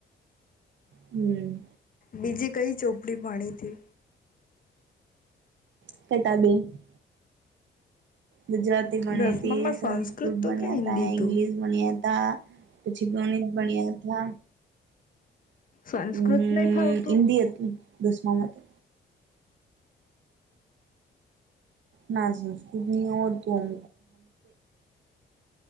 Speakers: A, on the right (about 70°); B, on the left (about 45°).
A: હમ્મ
B: બીજી કઈ ચોપડી ભણીથી
A: <unintelligible> ગુજરાતી ભણીતી
B: દસમામાં
A: સંસ્કૃત
B: તું
A: ભણ્યાતા
B: કે હિન્દી
A: ઇંગલિશ
B: તું
A: ભણ્યાતા પછી ગણીત ભણ્યાતા
B: સંસ્કૃત
A: હમ્મ
B: નહી ફાવતું
A: હિન્દી દસમામાં તો ના સંસ્કૃત નહી આવડતું